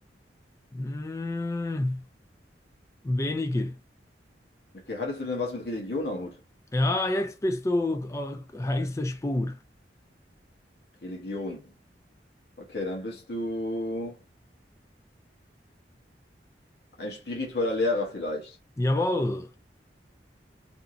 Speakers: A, on the left; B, on the left.
A: Hm, weniger.
B: Okay, hattest du denn was mit Religion am Hut?
A: Ja, jetzt bist du äh, heiße Spur.
B: Religion. Okay, dann bist du ein spiritueller Lehrer vielleicht.
A: Jawohl.